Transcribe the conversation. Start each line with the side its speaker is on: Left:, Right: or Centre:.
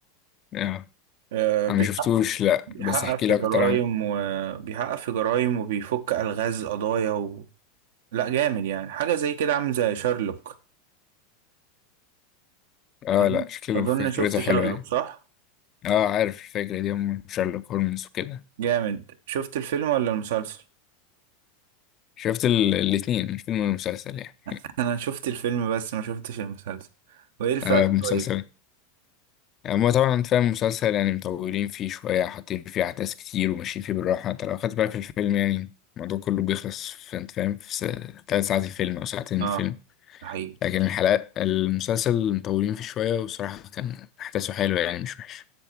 Left: آه.
Right: آه، بيحقق
Left: أنا مشفتوش لأ
Right: بيحقق
Left: بس احكي
Right: في
Left: لي
Right: جرائم
Left: أكتر عنه
Right: وبيحقق في جرائم وبيفك الغاز قضايا و... لا جامد يعني حاجه زي كده عامل زي شارلوك
Left: آه
Right: أظن
Left: لأ شكله
Right: أظن
Left: فكرته
Right: شفت
Left: حلوة
Right: شارلوك
Left: يعني
Right: صح
Left: آه عارف الفكرة دي أم شارلوك هولمز وكده
Right: جامد شفت الفيلم ولا المسلسل
Left: شفت ال- الاتنين الفيلم والمسلسل يعني
Right: <laughs> انا شفت الفيلم بس ما شفتش المسلسل وايه الفرق
Left: آه المسلسل
Right: طيب
Left: هما طبعا أنت فاهم المسلسل يعني مطولين فيه شوية حاطين فيه أحداث كتير وماشيين فيه بالراحة أنت لو خدت بالك في الفيلم يعني الموضوع كله بيخلص في أنت فاهم في س- تلات ساعات الفيلم أو ساعتين
Right: اه
Left: الفيلم
Right: ده حقيقي
Left: لكن الحلقات المسلسل مطولين فيه شوية وصراحة كان أحداثه حلوة يعني مش وحشة